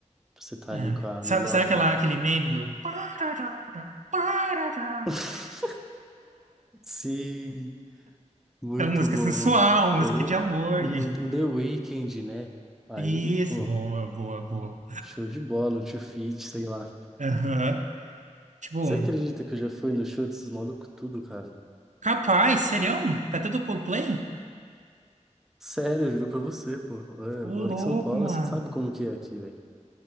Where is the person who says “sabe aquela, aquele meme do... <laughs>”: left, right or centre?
Right